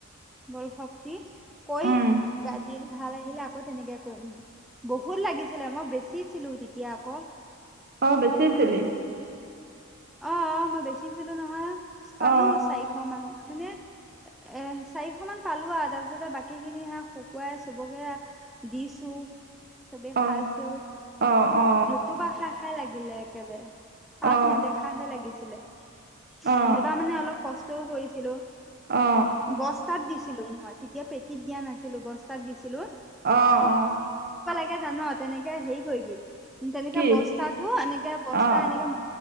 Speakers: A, in the centre; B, on the right.
A: বল শক্তি কৰিম
B: উম
A: গা দিন ভাল আহিলে আকৌ তেনেকে বহুত লাগিছিলে মই বেচিছিলো তেতিয়া আকৌ
B: অ বেচিছিলি
A: অ অ মই বেচিছিলো নহয় পালো
B: অ
A: চাৰিশ মান মানে এ চাৰিশ মান পালো আৰু তাৰ পিছতে বাকী খিনি হাঁহ শুকুৱাই চবকে দিছো চবে
B: অ
A: খাঁইচেও
B: অ অ
A: লুতুপা খাঁ খাই লাগিলে একেবাৰে তাত
B: অ
A: নেদেখাহে লাগিছিলে সেইবাৰ
B: অ
A: মানে অলপ কষ্ট তও কৰিছিলো
B: অ
A: বস্তাত দিছ ছিলো মই তেতিয়া পেটীত দিয়া নাছিলো বস্তাত দিছিলো
B: অহঁ অঁ
A: তে জান তেনেকে হেৰি কৰিবি তেনেকে
B: কি
A: বস্তা এনেকে বস্তা
B: অ',
A: এনেকে